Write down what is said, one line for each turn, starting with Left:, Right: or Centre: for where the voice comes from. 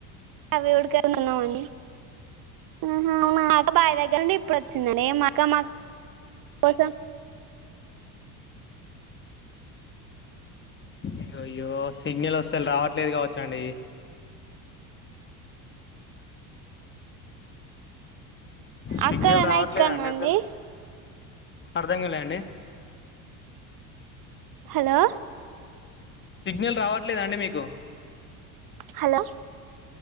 Right: అవి ఉడక అన్నం అండీ ఆహా అవునా బావి దగ్గర నుండి ఇప్పుడు వచ్చిందండి ఇగ మాక్క మా కోసం
Left: అయ్యయ్యో సిగ్నల్ అసల్ రావట్లేదు కావచ్చా అండి సిగ్నల్
Right: అక్కడనా
Left: రావట్లేదండి
Right: ఇక్కడనా అండి
Left: అసలు అర్ధం కలేండి
Right: హలో
Left: సిగ్నల్ రావట్లేద అండీ మీకు
Right: హలో